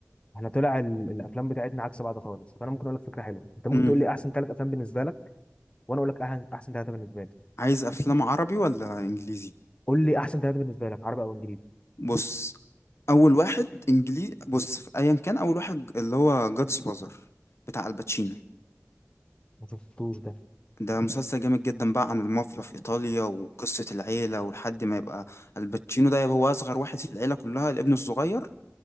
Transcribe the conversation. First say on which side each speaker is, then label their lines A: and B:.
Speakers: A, on the left (about 25°); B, on the left (about 60°).
A: احنا طلع ال... الافلام بتاعتنا عكس بعض خالص فانا ممكن اقول لك فكره حلوه انت ممكن
B: امم
A: تقول لي احسن ثلاث افلام بالنسبه لك وانا اقول لك أح- احسن ثلاثه بالنسبه لي
B: عايز افلام عربي ولا انجليزي
A: قول لي احسن ثلاثه بالنسبه لك عربي او انجليزي
B: بص اول واحد انجليزي بص في ايا كان اول واحد اللي هو جادز فازر بتاع الباتشينو
A: ما شفتوش ده
B: ده مسلسل جامد جدا بقى عن المافيا في ايطاليا وقصة العيلة ولحد ما يبقى الباتشينو ده يبقى هو اصغر واحد في العيلة كلها الابن الصغير